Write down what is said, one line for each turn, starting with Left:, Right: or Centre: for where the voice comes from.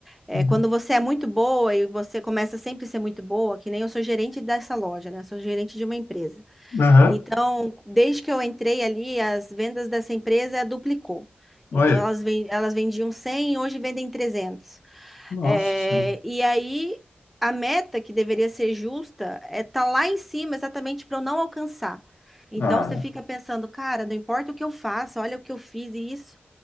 Centre: é,
Left: Uhum.
Centre: quando você é muito boa e você começa sempre a ser muito boa, que nem eu sou gerente dessa loja, né? Eu sou gerente de uma empresa.
Left: Aham.
Centre: Então, desde que eu entrei ali, as vendas dessa empresa duplicou. Então,
Left: Olha,
Centre: elas, ven- elas vendiam cem hoje vendem 300.
Left: nossa
Centre: É,
Left: senhora.
Centre: e aí a meta que deveria ser justa é tá lá em cima exatamente para eu não alcançar. Então
Left: Ah,
Centre: você fica pensando, cara, não importa o que eu faça, olha o que eu fiz e isso,